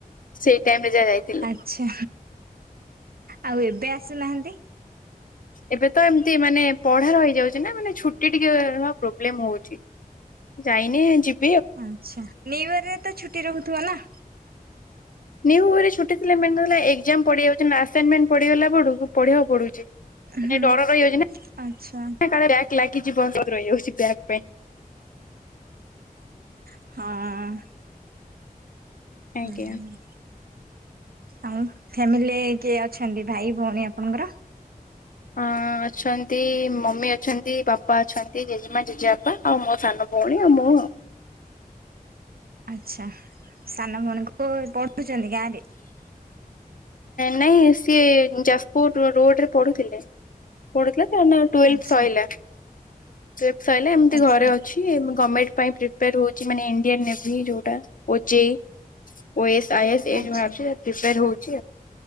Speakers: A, on the left; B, on the right.
A: ସେ ଟାଇମ ରେ ଯାହା ଯାଇଥିଲି।
B: ଆଚ୍ଛା। ଆଉ ଏବେ ଆସୁନାହାନ୍ତି?
A: ଏବେ ତ ଏମିତି ମାନେ ପଢ଼ା ରହିଯାଉଛି ନା। ମାନେ ଛୁଟି ଟିକେ ପ୍ରୋବ୍ଲେମ୍ ହେଉଛି। ଯାଇନି, ଯିବ
B: ଆଚ୍ଛା, ନିୟୁଇୟର ରେ ତ ଛୁଟି ରହୁଥିବ ନା?
A: ନିୟୁଇୟରରେ ଛୁଟି ଥିଲା। ମେନ ରହିଲା ଏକଜାମ ପଡିଯାଉଛି ନା, ଅସାଇନମେଣ୍ଟ ପଡିଗଲା ପଡକୁ ପଢିବାକୁ ପଡୁଛି। ମାନେ
B: ହୁଁ
A: ଡର ରହିଯାଉଛି ନା
B: ଆଚ୍ଛା।
A: କାଳେ ବ୍ୟାକ ଲାଗିଯିବ ମୁଁ ରହିଯାଉଛି ବ୍ୟାକ ପାଇଁ।
B: ହଁ।
A: ଆଜ୍ଞା।
B: ହୁଁ ହୁଁ। ଆଉ ଫ୍ୟାମିଲିରେ କିଏ ଅଛନ୍ତି? ଭାଇ ଭଉଣୀ ଆପଣଙ୍କର?
A: ହଁ ଅଛନ୍ତି। ମମି ଅଛନ୍ତି, ବାପା ଅଛନ୍ତି, ଜେଜେମା, ଜେଜେବାପା ଆଉ ମୋ ସାନ ଭଉଣୀ ଆଉ ମୁଁ ଆଉ।
B: ଆଚ୍ଛା। ସାନ ଭଉଣୀ କ ପଢୁଛନ୍ତି ଗାଁରେ?
A: ନାଇଁ ସିଏ ଯାଜପୁର ରୋଡରେ ପଢୁଥିଲେ। ପଢୁଥିଲା ଟୁଏଲଥ
B: ଆଚ୍ଛା
A: ସଇଲାଟୁଏଲଥ ସଇଲା ଏମତି
B: ଆଚ୍ଛା
A: ଘରେ ଅଛି। କି ଗମେଣ୍ଟ ପାଇଁ ପ୍ରିପେୟାର ହଉଛି ମାନେ ଇଣ୍ଡିଆନ ନେଭି ଯୋଉଟା ଓଜେଇ ଓ ଏ ସ ଆ ଇ ଏ ସ ଏ
B: ଆଚ୍ଛା
A: ଯଉ ଆପ ପ୍ରିପେୟାର ହଉଛି